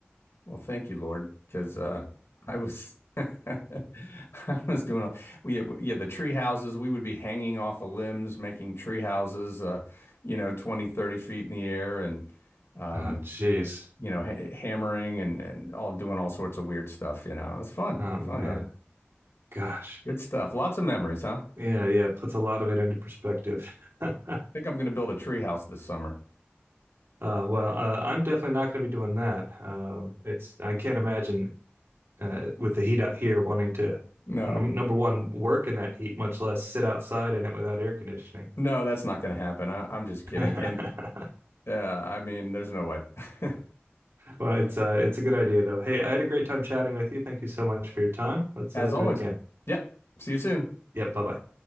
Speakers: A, on the left (about 80°); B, on the right (about 70°).
A: Well, thank you, Lord, because uh, I was <laughs> I was doing a, we yeah the tree houses we would be hanging off of limbs making tree houses uh, you know 20 30 feet in the air and um,
B: Oh, jeez.
A: you know ha hammering and and all doing all sorts of weird stuff you know it's fun
B: Oh
A: fun
B: man.
A: though
B: Gosh.
A: good stuff lots of memories huh
B: Yeah, yeah. It puts a lot of it into perspective. <laughs>
A: think I'm gonna build a tree house this summer
B: Uh, well, uh, I'm definitely not going to be doing that. Um, it's I can't imagine uh, with the heat out here wanting to
A: no
B: num number one work in that heat, much less sit outside in it without air conditioning.
A: no that's not gonna happen I, I'm just kidding
B: <laughs>
A: and uh, I mean there's no way <laughs>
B: Well, it's uh, it's a good idea though. Hey, I had a great time chatting with you. Thank you so much for your time. Let's
A: as
B: uh, do
A: always
B: it again.
A: yep see you soon
B: Yep, bye bye.